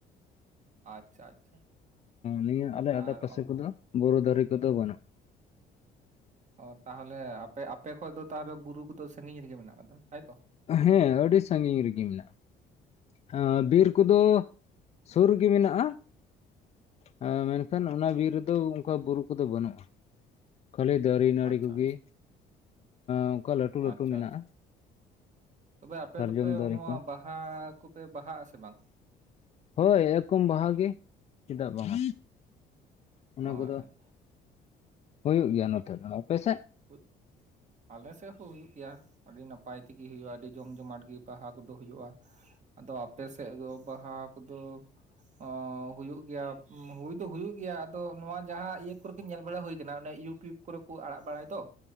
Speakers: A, on the right (about 45°); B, on the left (about 40°).
A: ᱟᱪᱪᱷᱟ ᱟᱪᱪᱷᱟ
B: ᱱᱤᱭᱟᱹ ᱟᱞᱮ
A: ᱟᱨ
B: ᱟᱰᱮ ᱯᱟᱥᱮ
A: ᱚᱱ
B: ᱠᱚᱫᱚ ᱵᱩᱨᱩ ᱫᱟᱨᱮ ᱠᱚᱫᱚ ᱵᱟᱹᱱᱩᱜᱼᱟ
A: ᱚ ᱛᱟᱦᱚᱞᱮ ᱟᱯᱮ ᱟᱯᱮ ᱠᱷᱚᱡ ᱫᱚ ᱛᱟᱦᱚᱞᱮ ᱵᱩᱨᱩ ᱠᱚᱫᱚ ᱥᱟᱺᱜᱤᱧ ᱨᱮᱜᱮ ᱢᱮᱱᱟᱜ ᱟᱠᱟᱫᱟ ᱛᱟᱭᱛᱚ,
B: ᱦᱮᱸ ᱟᱹᱰᱤ ᱥᱟᱺᱜᱤᱧ ᱨᱮᱜᱮ ᱢᱮᱱᱟᱜᱼᱟ, ᱦᱮᱸ ᱵᱤᱨ ᱠᱚᱫᱚ ᱥᱩᱨ ᱨᱮᱜᱮ ᱢᱮᱱᱟᱜᱼᱟ ᱦᱮᱸ ᱢᱮᱱᱠᱷᱟᱱ ᱚᱱᱟ ᱵᱤᱨ ᱨᱮᱫᱚ ᱚᱱᱠᱟ ᱵᱩᱨᱩ ᱠᱚᱫᱚ ᱵᱟᱹᱱᱩᱜᱼᱟ ᱠᱷᱟᱹᱞᱤ ᱫᱟᱨᱮ ᱱᱟᱹᱲᱤ
A: ᱟᱪᱪᱷᱟ
B: ᱠᱚᱜᱮ
A: ᱟᱪᱪᱷᱟ
B: ᱚᱱᱠᱟ ᱞᱟᱹᱴᱩ ᱞᱟᱹᱴᱩ
A: ᱟᱪᱪᱷᱟ
B: ᱢᱮᱱᱟᱜᱼᱟ
A: ᱟᱪᱪᱷᱟ ᱛᱚᱵᱮ ᱟᱯᱮ
B: ᱥᱟᱨᱡᱚᱢ
A: ᱫᱚᱯᱮ
B: ᱫᱟᱨᱮ
A: ᱱᱚᱣᱟ
B: ᱠᱚ
A: ᱵᱟᱦᱟ ᱠᱚᱯᱮ ᱵᱟᱦᱟᱜᱼᱟ ᱥᱮ ᱵᱟᱝ?
B: ᱦᱳᱭ ᱮᱠᱫᱚᱢ ᱵᱟᱦᱟ ᱜᱮ ᱪᱮᱫᱟᱜ ᱵᱟᱝ ᱚᱱᱟ
A: ᱦᱳᱭ
B: ᱠᱚᱫᱚ ᱦᱩᱭᱩᱜ ᱜᱮᱭᱟ ᱱᱚᱛᱮ ᱫᱚ, ᱟᱯᱮᱥᱮᱫ?
A: ᱦ ᱟᱞᱮ ᱥᱮᱫ ᱦᱚᱸ ᱦᱩᱭᱩᱜ ᱜᱮᱭᱟ ᱟᱹᱰᱤ ᱱᱟᱯᱟᱭ ᱛᱮᱜᱮ ᱦᱩᱭᱩᱜᱼᱟ ᱟᱹᱰᱤ ᱡᱚᱢ ᱡᱚᱢᱟᱴ ᱜᱮ ᱵᱟᱦᱟ ᱠᱚᱫᱚ ᱦᱩᱭᱩᱜᱼᱟ ᱾ ᱟᱫᱚ ᱟᱯᱮ ᱥᱮᱫ ᱫᱚ ᱵᱟᱦᱟ ᱠᱚᱫᱚ ᱚ ᱦᱩᱭᱩᱜ ᱜᱮᱭᱟ ᱦᱩᱭ ᱫᱚ ᱦᱩᱭᱩᱜ ᱜᱮᱭᱟ ᱟᱫᱚ ᱱᱚᱣᱟ ᱡᱟᱦᱟᱸ ᱤᱭᱟᱹ ᱠᱚᱨᱮᱜᱤ ᱧᱮᱞ ᱵᱟᱲᱟ ᱦᱩᱭ ᱟᱠᱟᱱᱟ ᱚᱱᱮ ᱭᱩᱴ ᱴᱤᱭᱩᱯ ᱠᱚᱨᱮ ᱠᱚ ᱟᱲᱟᱜ ᱵᱟᱲᱟᱭ ᱫᱚ